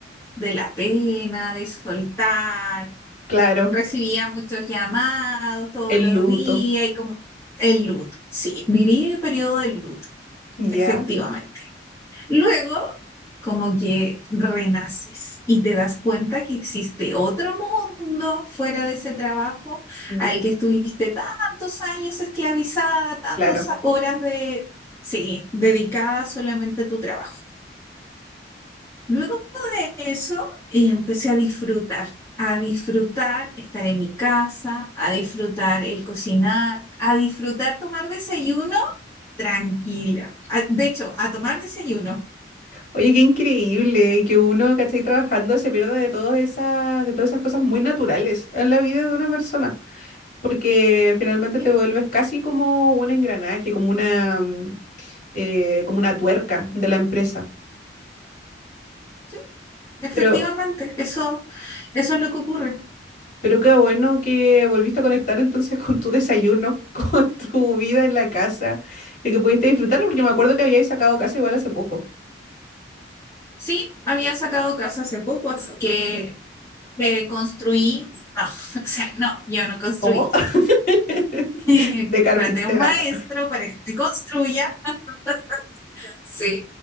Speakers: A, on the left (about 15°); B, on the left (about 45°).
A: de la pena, de soltar
B: Claro.
A: recibía muchos llamados todos
B: El
A: los
B: luto.
A: días y como el luto. Sí, viví el periodo de luto,
B: ¿Ya?
A: efectivamente. Luego, como que renaces y te das cuenta que existe otro mundo fuera de ese trabajo
B: Mm,
A: al que estuviste tantos años esclavizada, tantas
B: Claro.
A: horas de, sí, dedicada solamente a tu trabajo. Luego de eso, eh, empecé a disfrutar, a disfrutar estar en mi casa, a disfrutar el cocinar, a disfrutar tomar desayuno tranquila. A- de hecho, a tomar desayuno.
B: Oye, qué increíble y que uno, ¿cachai? Trabajando se pierda de todas esas, de todas esas cosas muy naturales en la vida de una persona, porque finalmente
A: Sí,
B: te vuelves casi como un engranaje, como una, mm, eh, como una tuerca de la empresa.
A: sí, efectivamente,
B: Pero,
A: eso, eso es lo que ocurre.
B: pero qué bueno que volviste a conectar entonces <laughs> con tu desayuno, <laughs> con tu vida en la casa y que pudiste disfrutarla, porque
A: Sí,
B: me acuerdo que habíais sacado casa igual hace poco.
A: sí, había sacado casa hace poco, así que eh, construí, no, <laughs> o sea, no, yo no construí.
B: ¿Cómo? <laughs>
A: <laughs>
B: De carpintera.
A: Traté a un maestro para que te construya. <laughs> Sí.